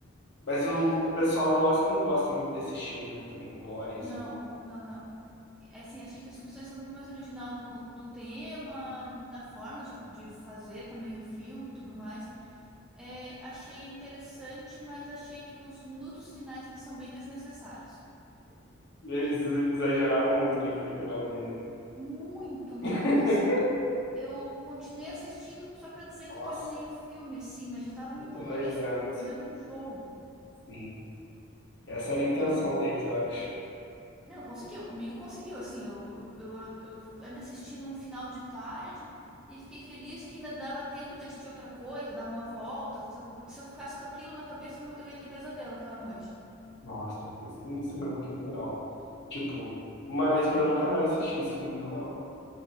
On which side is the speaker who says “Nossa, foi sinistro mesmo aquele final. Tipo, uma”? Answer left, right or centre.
Left